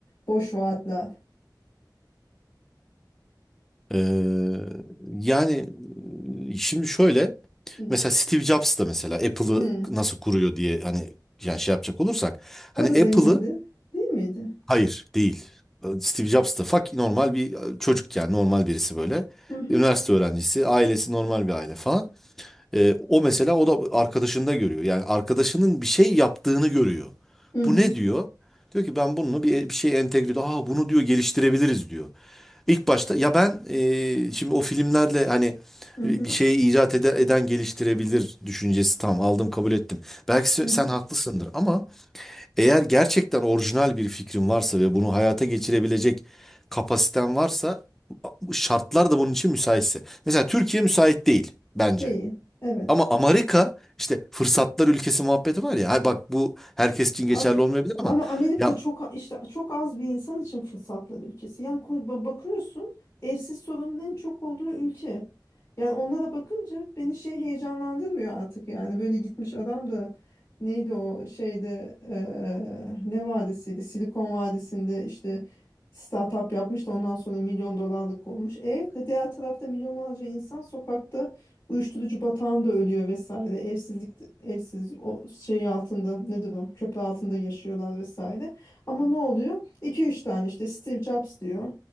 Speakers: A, on the left; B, in the centre.
A: Boş vaatler.
B: Ee, yani e, şimdi şöyle
A: Hı.
B: mesela Steve Jobs da mesela Apple'ı
A: Hı.
B: nasıl kuruyor diye hani yani şey yapacak olursak
A: O
B: hani
A: da
B: Apple'ı
A: zengindi, değil miydi?
B: hayır değil. Ee, Steve Jobs da fak normal bir e, çocuk yani normal birisi böyle.
A: Hı hı.
B: Üniversite öğrencisi, ailesi normal bir aile falan. Ee, o mesela o da arkadaşında görüyor. Yani arkadaşının bir şey yaptığını görüyor.
A: Hı hı.
B: Bu ne diyor? Diyor ki ben bunu bir, bir şey entegre ediyor. Aa bunu diyor geliştirebiliriz diyor. İlk başta ya ben e, şimdi o filmlerle hani
A: Hı
B: bir
A: hı.
B: şeyi icat ede- eden geliştirebilir düşüncesi tamam aldım kabul ettim. Belki se-
A: Hı
B: sen
A: hı.
B: haklısındır ama eğer gerçekten orijinal bir fikrin varsa ve bunu hayata geçirebilecek kapasiten varsa şartlar da bunun için müsaitse. Mesela Türkiye müsait değil bence.
A: Değil. Evet.
B: Ama Amerika işte fırsatlar ülkesi muhabbeti var ya. Ha bak bu herkes için
A: Am
B: geçerli olmayabilir ama
A: ama Amerika
B: ya
A: çok işte çok az bir insan için fırsatlar ülkesi. Yani ku- ba- bakıyorsun evsiz sorunun en çok olduğu ülke. Yani onlara bakınca beni şey heyecanlandırmıyor artık yani böyle gitmiş adam da neydi o şeyde eee, ne vadisiydi Silikon Vadisi'nde işte startup yapmış da ondan sonra milyon dolarlık olmuş. E diğer tarafta milyonlarca insan sokakta uyuşturucu batağında ölüyor vesaire. Evsizlik, evsiz o şey altında nedir o köprü altında yaşıyorlar vesaire. Ama ne oluyor? 2 üç tane işte Steve Jobs diyor.